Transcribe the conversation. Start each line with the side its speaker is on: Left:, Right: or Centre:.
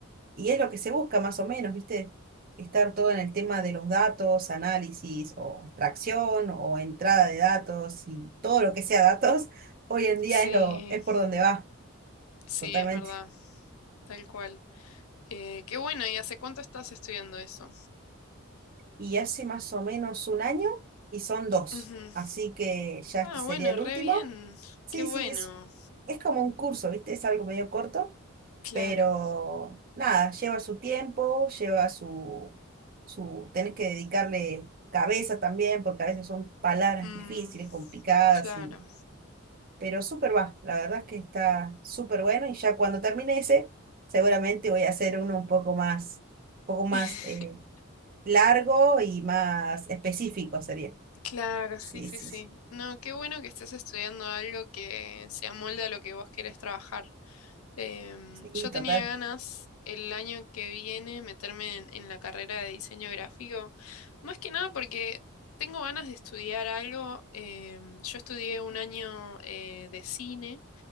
Right: y es lo que se busca más o menos, ¿viste? Estar todo en el tema de los datos, análisis o extracción o entrada de datos y todo lo que sea datos, <laughs> hoy en día
Left: Sí,
Right: es lo, es por donde va,
Left: sí,
Right: totalmente.
Left: es verdad, tal cual. Eh, qué bueno, ¿y hace cuánto estás estudiando eso?
Right: Y hace más o menos un año y son dos,
Left: Ujú.
Right: así que ya este
Left: Ah,
Right: sería
Left: bueno,
Right: el
Left: re
Right: último.
Left: bien.
Right: Sí,
Left: Qué bueno.
Right: sí, es, es como un curso, ¿viste? Es algo medio corto
Left: Claro.
Right: pero nada, lleva su tiempo, lleva su, su, tenés que dedicarle cabeza también, porque a veces son palabras
Left: Mm,
Right: difíciles, complicadas,
Left: claro.
Right: y, pero súper va, la verdad es que está súper bueno y ya cuando termine ese, seguramente voy a hacer uno un poco más, un poco más
Left: <laughs>
Right: eh, largo y más específico sería.
Left: Claro, sí,
Right: Sí,
Left: sí,
Right: sí,
Left: sí.
Right: sí,
Left: No, qué bueno que estés estudiando algo que se amolde a lo que vos querés trabajar. Em,
Right: sí,
Left: yo
Right: total.
Left: tenía ganas el año que viene meterme en, en la carrera de diseño gráfico, más que nada porque tengo ganas de estudiar algo. em, yo estudié un año eh, de cine.